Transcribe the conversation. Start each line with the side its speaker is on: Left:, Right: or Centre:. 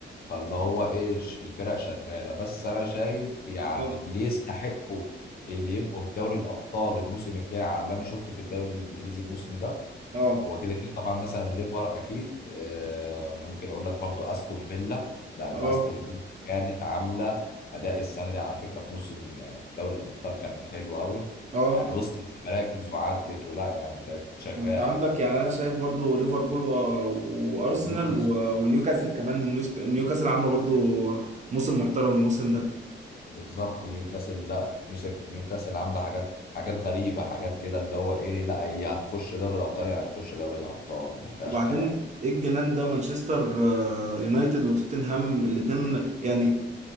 Left: فاللي هو ايه ش- الفرق شغاله بس انا شايف يعني
Right: اه
Left: اللي يستحقوا اللي يبقوا في دوري الابطال الموسم الجاي على اللي انا شفته في الدوري الانجليزي الموسم ده
Right: اه
Left: هو كده كده طبعا مثلا ليفر اكيد آه، ممكن اقول لك برضو استون فيلا لان
Right: اه
Left: استون فيلا كانت عامله اداء السنه دي على فكره في موسم آه، في دوري الابطال كان حلو قوي
Right: اه
Left: يعني وصلت لمراكز وعدت ولا يعني كانت شغاله
Right: انت عندك يعني انا شايف برضو ليفربول و... وارسنال
Left: نيوكاسل
Right: و... ونيوكاسل كمان نيوس- نيوكاسل عامله برضو موسم محترم الموسم ده
Left: بالظبط نيوكاسل لا نيوس- نيوكاسل عامله حاجات حاجات غريبه حاجات كده اللي هو ايه لا هي هتخش دوري الابطال يعني هتخش دوري الابطال ما فيهاش
Right: وبعدين
Left: كلام
Right: ايه الجنان ده مانشستر آه، يونايتد وتوتنهام الاتنين يعني